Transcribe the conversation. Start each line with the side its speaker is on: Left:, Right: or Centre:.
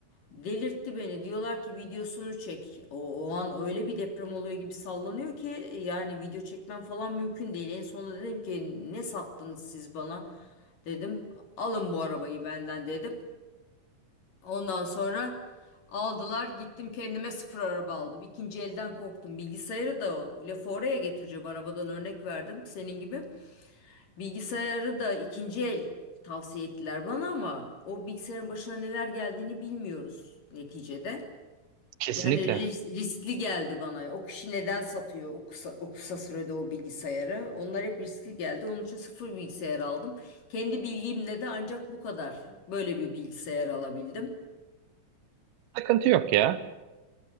Left: delirtti beni. Diyorlar ki videosunu çek. O, o an öyle bir deprem oluyor gibi sallanıyor ki e, yani video çekmem falan mümkün değil. En sonunda dedim ki ne sattınız siz bana? Dedim alın bu arabayı benden dedim. Ondan sonra aldılar gittim kendime sıfır araba aldım. İkinci elden korktum. Bilgisayarı da o lafı oraya getireceğim arabadan örnek verdim senin gibi. Bilgisayarı da ikinci el tavsiye ettiler bana ama o bilgisayarın başına neler geldiğini bilmiyoruz neticede.
Right: Kesinlikle.
Left: Yani ris- riskli geldi bana. O kişi neden satıyor o kısa, o kısa sürede o bilgisayarı? Onlar hep riskli geldi. Onun için sıfır bilgisayar aldım. Kendi bilgimle de ancak bu kadar böyle bir bilgisayar alabildim.
Right: Sıkıntı yok ya.